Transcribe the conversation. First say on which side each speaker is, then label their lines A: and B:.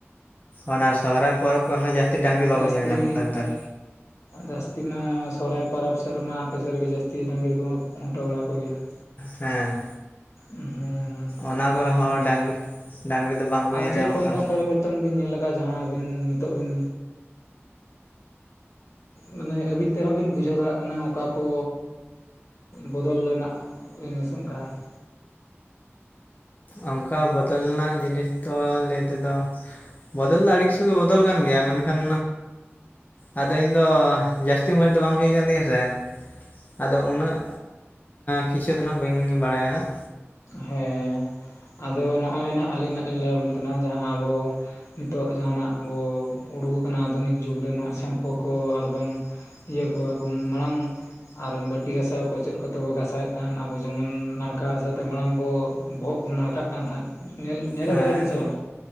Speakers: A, on the left (about 35°); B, on the left (about 75°).
A: ᱚᱱᱟ ᱥᱚᱦᱚᱨᱟᱭ ᱯᱚᱨᱚᱵᱽ ᱠᱚᱨᱮ ᱦᱚᱸ ᱡᱟᱹᱥᱛᱤ ᱰᱟᱝᱨᱤ ᱵᱟᱵᱚᱱ
B: ᱡᱟᱹᱥᱛᱤ
A: ᱧᱮᱞ ᱧᱟᱢᱮᱫ ᱠᱚᱣᱟ ᱱᱮᱛᱟᱨ᱾
B: ᱡᱟᱹᱥᱛᱤ ᱢᱟ ᱥᱚᱨᱦᱟᱭ ᱯᱟᱨᱟᱽ ᱥᱮᱫ ᱨᱮᱢᱟ ᱟᱯᱮ ᱥᱮᱫ ᱨᱮᱜᱮ ᱡᱟᱹᱥᱛᱤ ᱰᱟᱹᱝᱨᱤ ᱠᱚᱢᱟ ᱠᱚ ᱠᱷᱩᱱᱴᱟᱹᱣ ᱵᱟᱲᱟ ᱠᱚᱜᱮᱭᱟ ᱾
A: ᱦᱮᱸ
B: ᱦᱩᱸ
A: ᱚᱱᱟ ᱠᱚᱨᱮ
B: ᱟᱨ
A: ᱦᱚᱸ ᱰᱟᱝᱨᱤ ᱰᱟᱝᱨᱤ ᱫᱚ ᱵᱟᱝᱠᱚ ᱧᱮᱞ
B: ᱟᱨ ᱪᱮᱫ
A: ᱧᱟᱢᱚᱜ
B: ᱠᱚ ᱚᱱᱠᱟ
A: ᱠᱟᱱᱟ
B: ᱯᱚᱨᱤᱵᱚᱨᱛᱚᱱ ᱛᱚᱱ ᱵᱤᱱ ᱧᱮᱞ ᱞᱮᱠᱟ ᱡᱟᱦᱟᱸ ᱟᱹᱵᱤᱱ ᱱᱤᱛᱚᱜ ᱵᱤᱱ ᱢᱟᱱᱮ ᱟᱹᱵᱤᱱ ᱛᱮᱦᱚᱸ ᱵᱤᱱ ᱵᱩᱡᱷᱟᱹᱣ ᱫᱟᱲᱮᱭᱟᱜ ᱠᱟᱱᱟ ᱚᱠᱟ ᱠᱚ ᱵᱚᱫᱚᱞ ᱨᱮᱱᱟᱜ ᱱᱤᱥᱟᱱ ᱠᱟᱱᱟ ᱾
A: ᱚᱱᱠᱟ ᱵᱚᱫᱚᱞ ᱞᱮᱱᱟᱜ ᱡᱤᱱᱤᱥ ᱫᱚ ᱞᱟᱹᱭ ᱛᱮᱫᱚ ᱼᱼ ᱵᱚᱫᱚᱞ ᱫᱚ ᱟᱹᱰᱤ ᱠᱤᱪᱷᱩ ᱜᱮ ᱵᱚᱫᱚᱞ ᱠᱟᱱ ᱜᱮᱭᱟ ᱢᱮᱱᱠᱷᱟᱱ ᱟᱫᱚ ᱤᱧ ᱫᱚ ᱡᱟᱹᱥᱛᱤ ᱩᱢᱮᱨ ᱫᱚ ᱵᱟᱝ ᱦᱩᱭ ᱠᱟᱱ ᱛᱤᱧᱟᱹ ᱥᱮ ᱟᱫᱚ ᱩᱱᱟᱹᱜ ᱠᱤᱪᱷᱩ ᱫᱚ ᱱᱟᱜ ᱵᱟᱹᱧ ᱵᱟᱲᱟᱭᱟ ᱦᱟᱸᱜ
B: ᱦᱮᱸ ᱟᱫᱚ ᱱᱚᱜᱼᱚᱭ ᱱᱟᱜ ᱟᱹᱞᱤᱧ ᱦᱟᱜ ᱞᱤᱧ ᱞᱟᱹᱭᱟᱵᱤᱱ ᱠᱟᱱᱟ ᱡᱟᱦᱟᱸ ᱟᱵᱚ ᱼᱼ ᱱᱤᱛᱚᱜ ᱫᱚ ᱡᱟᱦᱟᱱᱟᱜ ᱵᱚ ᱩᱰᱩᱠ ᱟᱠᱟᱱᱟ ᱟᱫᱷᱩᱱᱤᱠ ᱡᱩᱜᱽ ᱨᱮ᱾ ᱱᱚᱣᱟ ᱥᱮᱢᱯᱩ ᱠᱚ ᱫᱚ ᱟᱨ ᱵᱟᱝᱜᱮ᱾ ᱤᱭᱟᱹ ᱠᱚ ᱮᱵᱚᱢ ᱢᱟᱲᱟᱝ ᱟᱨ ᱮᱱ ᱵᱟᱹᱴᱤ ᱜᱷᱟᱥᱟᱣ ᱠᱚ ᱪᱮᱫ ᱠᱚᱛᱮ ᱠᱚ ᱜᱟᱥᱟᱣᱮᱫ ᱛᱟᱦᱮᱸᱱ ᱟᱵᱚ ᱡᱮᱢᱚᱱ ᱱᱟᱲᱠᱟ ᱦᱟᱥᱟ ᱛᱮ ᱢᱟᱲᱟᱝ ᱜᱚ ᱵᱚᱦᱚᱜ ᱵᱚ ᱱᱟᱲᱠᱟᱜ ᱠᱟᱱ ᱛᱟᱦᱮᱸᱫ? ᱧᱮᱞ ᱧᱮᱞ
A: ᱦᱮᱸ
B: ᱟᱠᱟᱫᱟᱵᱤᱱ ᱥᱮ ᱵᱟᱝ?